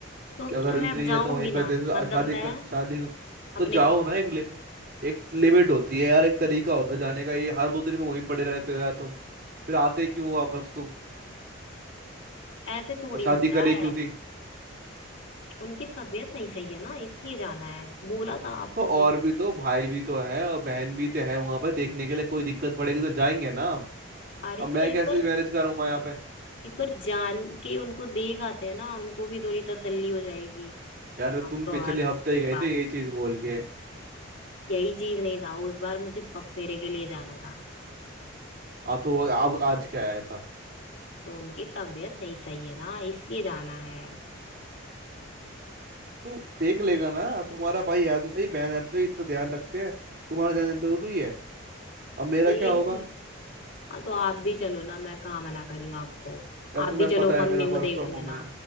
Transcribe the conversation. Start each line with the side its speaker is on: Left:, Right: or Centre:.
Left: तो
Right: कि अगर
Left: क्या मैं
Right: इतनी
Left: अब जाऊं
Right: ज्यादा वहीं
Left: भी
Right: पर
Left: ना
Right: तो
Left: मतलब
Right: शादी
Left: मैं
Right: का शादी का-
Left: अपने
Right: तो जाओ ना एक लिमिट एक लिमिट होती है यार एक तरीका होता है जाने का ये हर दो दिन में वहीं पड़े रहते हो यार तुम फिर आते क्यों वापस तुम
Left: ऐसे थोड़ी
Right: और शादी
Left: होता
Right: करे क्यों
Left: है
Right: थी
Left: उनकी तबीयत नहीं सही है ना इसलिए जाना है बोला था आपको
Right: तो और
Left: फिर भी
Right: भी तो भाई भी तो है और बहन भी तो है वहां पर देखने के लिए कोई दिक्कत पड़ेगी तो जाएंगे ना हम
Left: अरे
Right: अब
Left: तो
Right: मैं
Left: एक
Right: कैसे
Left: बार
Right: मैनेज करूंगा यहाँ पे
Left: एक बार जान के उनको देख आते हैं ना उनको भी थोड़ी तसल्ली हो जाएगी
Right: यार
Left: आप
Right: तुम
Left: तो
Right: पिछले
Left: हर
Right: हफ्ते
Left: छोटी
Right: ही गए
Left: बात
Right: थे यही चीज बोल के
Left: यही चीज नहीं था उस बार मुझे पगफेरे के लिए जाना था
Right: अब तो अब आज क्या है ऐसा
Left: तो उनकी तबीयत नहीं सही है ना इसलिए जाना है
Right: तो देख लेगा ना तुम्हारा भाई है तो सही बहन है तो सही इतना ध्यान रखते हैं तुम्हारा जाना जरूरी है अब मेरा
Left: ठीक
Right: क्या होगा
Left: है हाँ तो आप भी चलो ना मैं कहाँ मना कर रही हूँ आपको
Right: यार तुम्हें
Left: आप भी चलो
Right: पता है
Left: मम्मी
Right: मेरा
Left: को
Right: वर्क
Left: देख
Right: फ्रॉम
Left: लेना
Right: होम है